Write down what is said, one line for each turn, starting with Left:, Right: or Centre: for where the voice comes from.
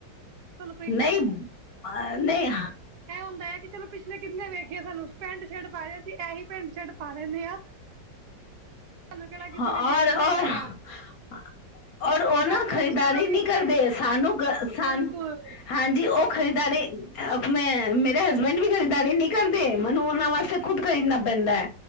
Right: ਤੁਹਾਨੂੰ ਕੋਈ <unintelligible> ਇਹ
Left: ਨਹੀਂ ਅ ਨਹੀਂ
Right: ਹੁੰਦਾ ਆ ਕਿ ਚਲੋ ਪਿਛਲੇ ਕਿੰਨੇ ਵੇਖੇ ਏ ਸਾਨੂੰ ਪੈਂਟ ਸ਼ਰਟ ਪਾ ਰਹੇ ਅਸੀਂ ਇਹੀ ਪੈਂਟ ਸ਼ਰਟ ਪਾ ਲੈਂਨੇ ਆ। ਸਾਨੂੰ ਕਿਹੜਾ ਕਿਸੇ
Left: ਹ ਔਰ-ਔਰ-ਔਰ
Right: ਨੇ ਦੇਖਣਾ ਹੈਗਾ ਆ
Left: ਉਹ
Right: ਜਾਤ
Left: ਨਾ ਖ਼ਰੀਦਾਰੀ
Right: ਬੱਚਿਆਂ ਦਾ ਵੀ
Left: ਨਹੀਂ
Right: ਹੁੰਦਾ
Left: ਕਰਦੇ।
Right: ਆ
Left: ਸਾਨੂੰ ਸਾ
Right: ਬਿਲਕੁਲ
Left: ਹਾਂਜੀ ਉਹ ਖਰੀਦਦਾਰੀ ਮੈਂ ਮੇਰੇ ਹਸਬੈਂਡ ਵੀ ਖਰੀਦਦਾਰੀ ਨਹੀਂ ਕਰਦੇ ਮੈਨੂੰ ਉਹਨਾਂ ਵਾਸਤੇ ਖੁਦ ਖਰੀਦਣਾ ਪੈਂਦਾ ਐ